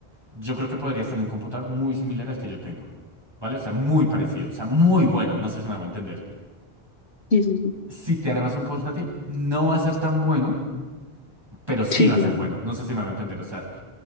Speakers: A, on the right (about 25°); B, on the left (about 80°).
A: yo creo que podrías tener un computador muy similar al que yo tengo, ¿vale? O sea, muy parecido, o sea, muy bueno, no sé si me hago entender.
B: sí, sí, sí.
A: Si te armas un portátil, no va a ser tan bueno, pero sí
B: Sí,
A: va
B: claro.
A: a ser bueno, no sé si me hago entender, o sea,